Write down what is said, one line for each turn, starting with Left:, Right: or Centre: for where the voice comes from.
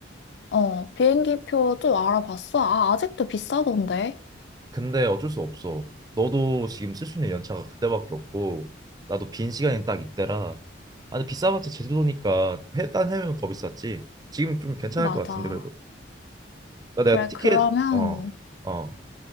Left: 어, 비행기표 좀 알아봤어. 아, 아직도 비싸던데.
Right: 근데 어쩔 수 없어. 너도 지금 쓸 수 있는 연차가 그때밖에 없고 나도 빈 시간이 딱 이때라. 아, 근데 비싸봤자 제주도니까 해, 딴 해면 더 비쌌지. 지금 좀 괜찮을
Left: 맞아.
Right: 것 같은데 그래도. 나 내가
Left: 그래,
Right: 티켓
Left: 그러면
Right: 어, 어,